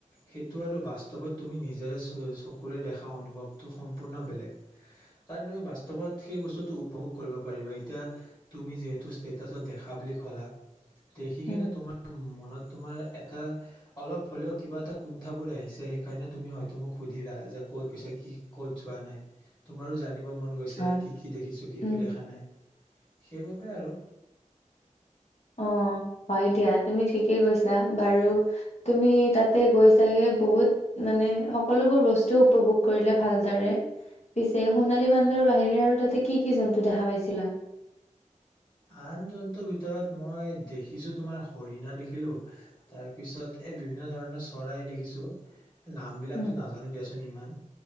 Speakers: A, on the left; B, on the left.
A: সেইটো আৰু বাস্তৱত তুমি নিজেৰে চকুৰে দেখা অনুভৱটো সম্পূৰ্ণ বেলেগ কাৰণ তুমি বাস্তৱত সেই বস্তুটো উপভোগ কৰিব পাৰিবা এতিয়া তুমি যিহেতু ষ্টেটাছত দেখা বুলি ক'লা দেখি কিনে
B: উম,
A: তোমাৰ মনত তোমাৰ এটা অলপ হলেও কিবা এটা কুণ্ঠ বোৰ আহিছে সেইকাৰণে তুমি হয় মোক সুধিলা যে ক'ত গুছা কি ক'ত যোৱা নাই তোমাৰো জানিব ৰ মন গৈছে
B: হয়।
A: কি কি দেখিছো কি
B: উম,
A: কি দেখা নাই সেইবাবে আৰু
B: অ হয় দিয়া তুমি ঠিকেই কৈছা বাৰু তুমি তাতে গৈছাগে বহুত মানে সকলোবোৰ বস্তু উপভোগ কৰিলে ভালদৰে পিছে সোণালী বান্দৰৰ বাহিৰে আৰু তাতে কি কি জন্তু দেখা পাইছিলা
A: আন জন্তুৰ ভিতৰত মই দেখিছো তোমাৰ হৰিণা দেখিলো তাৰ পিছত এই বিভিন্ন ধৰণৰ চৰাই দেখিছো নাম বিলাকতো
B: উম,
A: নাজানো দিয়াচোন ইমান